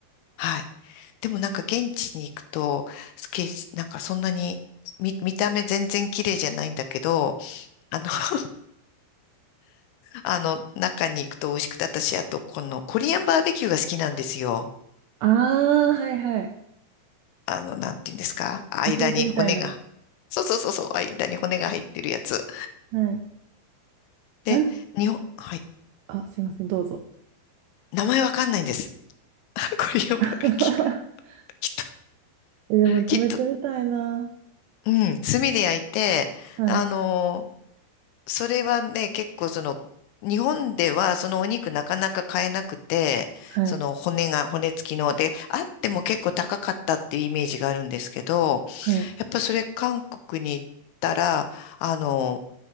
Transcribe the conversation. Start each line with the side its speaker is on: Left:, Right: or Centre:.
Left: はい。でもなんか現地に行くと、スケなんかそんなに、見、見た目全然綺麗じゃないんだけど、あの、<laughs> あの、中に行くと美味しくて、私、あと、このコリアンバーベキューが好きなんですよ。
Right: ああ、はいはい。
Left: あの、なんていうんですか間に骨が。
Right: 焼肉みたいな。
Left: そうそうそうそう、間に骨が入ってるやつ。
Right: はい。
Left: で、
Right: なん
Left: 日本、はい。
Right: あ、すいません、どうぞ。
Left: 名前わかんないんです。<laughs> コリアンバーベキュー。
Right: <laughs>
Left: きっと、
Right: えでも食べてみたいな。
Left: きっと、うん、炭で焼いて、
Right: はい。
Left: あの、それはね、結構その、日本ではそのお肉なかなか買えなくて、
Right: はい、
Left: その骨が、骨付きので、あっても結構高かったっていうイメージがあるんですけど、
Right: はい、
Left: やっぱそれ韓国に行ったら、あの、